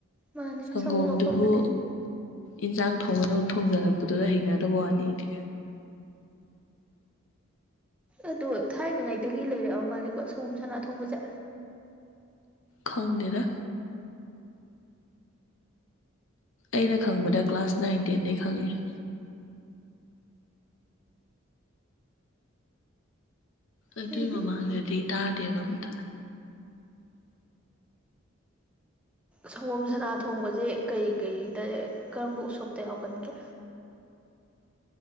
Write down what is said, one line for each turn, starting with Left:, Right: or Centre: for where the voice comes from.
Centre: ꯃꯥꯅꯦ
Left: ꯁꯪꯒꯣꯝꯗꯨꯕꯨ
Centre: ꯁꯪꯒꯣꯝ ꯑꯐꯝꯕꯅꯦ
Left: ꯏꯟꯁꯥꯡ ꯊꯣꯡꯕꯗꯧ ꯊꯣꯡꯖꯜꯂꯛꯄꯗꯨꯗ ꯍꯩꯅꯗꯕ ꯋꯥꯅꯤ ꯑꯩꯗꯤ
Centre: ꯑꯗꯣ ꯊꯥꯏꯅꯉꯩꯗꯒꯤ ꯂꯩꯔꯛꯑ ꯃꯥꯜꯂꯤꯀꯣ ꯁꯪꯒꯣꯝ ꯁꯅꯥ ꯊꯣꯡꯕꯁꯦ
Left: ꯈꯪꯗꯦꯗ ꯑꯩꯅ ꯈꯪꯕꯗ ꯀ꯭ꯂꯥꯁ ꯅꯥꯏꯟ ꯇꯦꯟꯗꯩ ꯈꯪꯉꯛꯑꯦ ꯑꯗꯨꯏ
Centre: ꯑꯩꯗꯤ
Left: ꯃꯃꯥꯡꯗꯗꯤ ꯇꯥꯗꯦꯕ ꯑꯝꯇ
Centre: ꯁꯪꯒꯣꯝ ꯁꯥꯅꯥ ꯊꯣꯡꯕꯁꯦ ꯀꯩ ꯀꯩꯗ ꯀꯔꯝꯕ ꯎꯁꯣꯞꯇ ꯌꯥꯎꯒꯟꯒꯦ